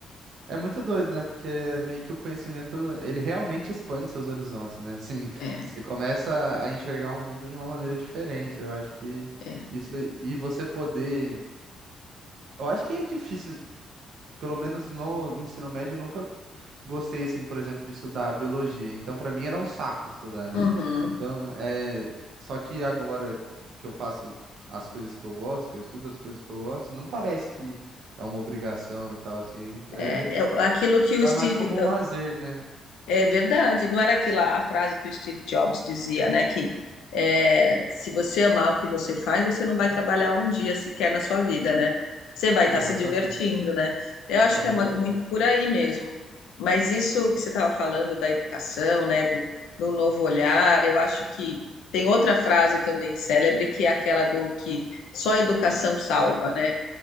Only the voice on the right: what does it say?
é muito doido, né? Porque meio que o conhecimento, ele realmente expande seus horizontes, né? Assim,
você começa a enxergar o mundo de uma maneira diferente. Eu acho que
isso. E você poder. Eu acho que é difícil pelo menos no ensino médio, eu nunca gostei, assim, por exemplo, de estudar biologia. Então, pra mim era um saco estudar, né?
Então, é... só que agora que eu faço as coisas que eu gosto, que eu estudo as coisas que eu gosto, não parece que é uma obrigação e tal, assim. É...
Vai
mais como um lazer, né?
Exatamente.
Com
certeza.